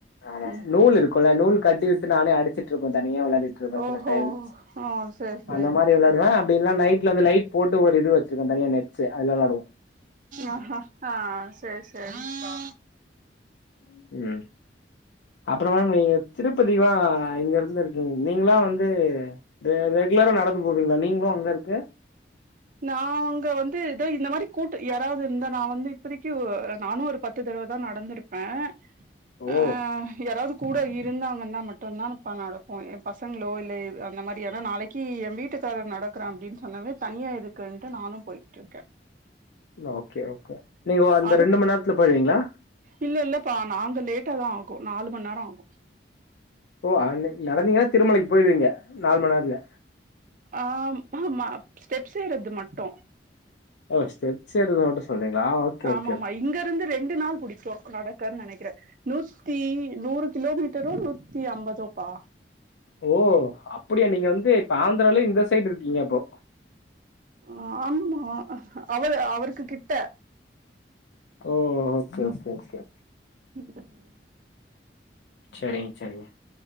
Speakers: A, on the left; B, on the right.
A: ஆமா
B: ம்
A: நூல் இருக்குல்ல நூல் கட்டிவிட்டு நானே அடு த்துட்ருப்ப தனியா வெளாடிட்ருப்ப
B: ஓஹோ
A: சில டைம் ஸ்
B: ஆ சேரி சேரிப்பா
A: அந்த மாரி வெளாடுவேம் அப்டின்னா நைட்ல அந்த லைட் போட்டு ஒரு இது வச்சிருக்க தனியா நெட்ஸ்சு அதுல வெளாடுவோ
B: அ ஹ ஹா சர் சரிப்பா
A: ம் அப்றோ மேம் நீங்க திருப்பதிக்லா இங்கருந்து இருக்கீங் நீங்லா வந்து ரெ ரெகுலரா நடந்து போவிங்ளா நீங்ளு அங்க இருக்கு
B: நாங்க வந்து இதோ இந்த மாரி கூட்டு யாராவ்து இருந்தா நா வந்து இப்பதிக்யு நானு ஒருப் பத்து தடவ தா நடந்துருப்பே
A: ஓ
B: ஆ யாராது கூட இருந்தாங்கன்னா மட்டுன்தா இப்ப நடப்போ என் பசங்ளோ இல்லேய் அந்த மாரியனா நாளைக் கி எ வீட்டுக்காரர் நடக்குறான் அப்டின் சொன்னாவே தனியா எதுக்குன்ட்டு நானு போய்ட்ருக்க
A: லோ ஓகே ஓகே நீங்க ஓ அந்த
B: அதுக்கு
A: ரெண்டு மண்நேரத்துல போய்ருவீங்ளா
B: இல்ல இல்லப்பா நாங்க லேட்டாதா ஆகு நாலு மண்நேர ஆகு
A: ஓ ஆன்னெ நடந்தீங்கனா திருமலைக்கு போய்ர்விங்க நால் மண்நேத்துல
B: ஆம் ஆமா ஸ்டெப்ஸ் ஏறது மட்டு
A: ஓ ஸ்டெப்ஸ் ஏறது மட்டு சொல்றீங்களா ஓகே
B: ஆமா
A: ஓகே
B: ஆமா
A: ஓகே
B: இங்கேருந்து ரெண்டு நாள் புடிக்கு நடக்க நெனக்கிற நூத்தி நூறுக் கிலோமீட்டரோ நூத்தி அம்பதோப்பா
A: ஓ அப்படியா நீங்க வந்து இப்ப ஆந்திராலே இந்த சைடு இருக்கீங்க அப்போ
B: அ ஆமா அவரு அவருக்கு கிட்ட
A: ஓ ஓகே ஓகே ஓகே
B: ம்
A: செரிங்க செரிங்க